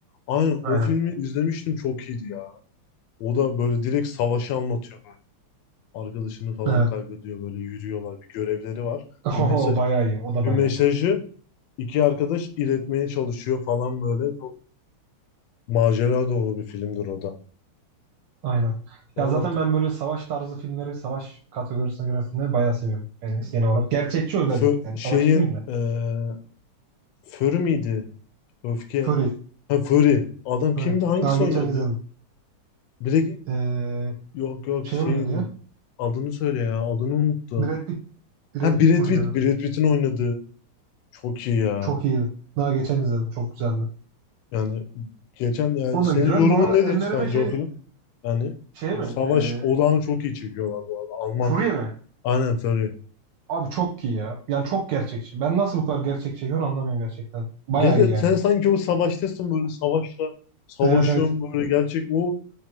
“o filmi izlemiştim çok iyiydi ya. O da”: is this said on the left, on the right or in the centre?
Left